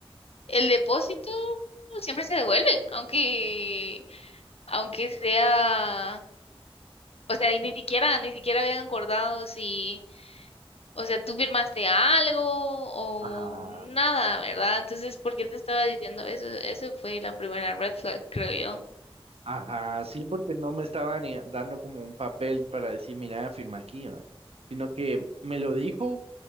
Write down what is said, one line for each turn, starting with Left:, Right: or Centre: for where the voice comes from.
Left: el depósito siempre se devuelve, aunque, aunque sea, o sea, y ni siquiera, ni siquiera habían acordado si. O sea, tú firmaste algo o
Right: Ajá,
Left: nada, ¿verdad? Entonces, ¿por qué te estaba diciendo eso? Eso fue la primera red flag, creo yo.
Right: ajá, sí, porque no me estaban eh, dando como un papel para decir, mira, firma aquí, ¿va? Sino que me lo dijo